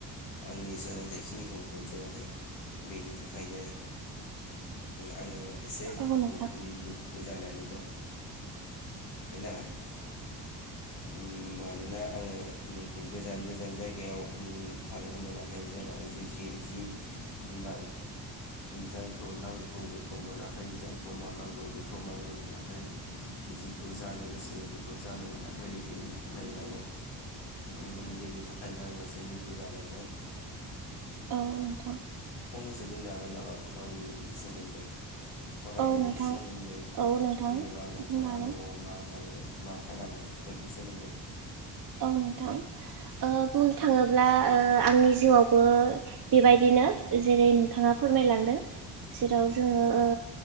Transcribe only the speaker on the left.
आंनि सोलोंथाइखिनिखौ मोनजोबाखै। बेनि थाखायनो आङो एसे दुखु
दुखु जानानै दं। उम मानोना आङो उम गोजान गोजान जायगायाव उम थांनो मोनाखै जेराव जिखि जि उम जायखौ नांगौ बेखौ मोनाखै जायखौ मावनांगौ बेखौ मावनो मोनाखै। जिखौ जानो गोसो बेखौ जानो मोनाखै बेनि थाखायनो आङो बेनि थाखायनो आं एसे दुखु जानानै दं।
जो बुंनो हागोन नामा गावनि सोमोन्दै। फरायनायनि
सोमोन्दै
जेनेबा नोंथाङा
न'आव मा मावो? मा खालामो? बेफोरनि सोमोन्दै